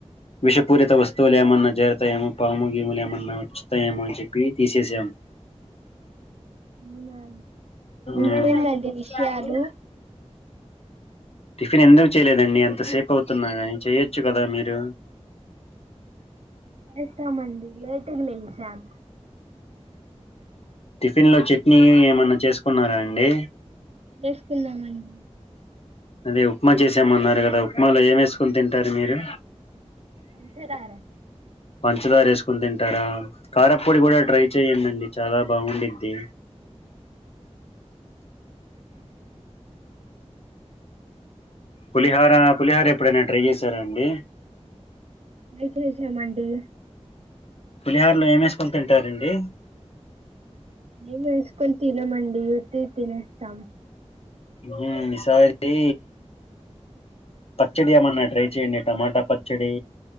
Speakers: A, on the left (about 60°); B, on the right (about 65°).
A: విషపూరిత వస్తువులు ఏమన్నా జేరుతాయేమో పాముగీములు ఏమన్నా వచ్చుతా ఏమో అని చెప్పి తీసేసాము
B: అవునా
A: మ్మ్
B: ఇంకేందండి విషయాలు
A: టిఫిన్ ఎందుకు చేయలేదండి అంతసేపు అవుతున్నా కాని చేయొచ్చు కదా మీరు
B: చేస్తామండి లేటుగా లేసాం
A: టిఫిన్ లో చట్నీ ఏమన్నా చేసుకున్నారా అండి
B: చేసుకుంనామండి
A: అదే ఉప్మా చేసామన్నారు కదా ఉప్మాలో ఏం వేసుకుని తింటారు మీరు
B: అంతేరారా
A: పంచదారేసుకుని తింటారా కారపొడి కూడా ట్రై చెయ్యండండి చాలా బాగుండిద్ది పులిహార పులిహార ఎప్పుడైనా ట్రై చేశారాండి
B: చేసేశామండి
A: పులిహార్లు ఏమేసుకొని తింటారండి
B: మేం వేసుకొని తినమండి ఉత్తివి తినేస్తాం
A: ఉ నిసారి పచ్చడి ఏమన్నా ట్రై చెయండి టమాటా పచ్చడి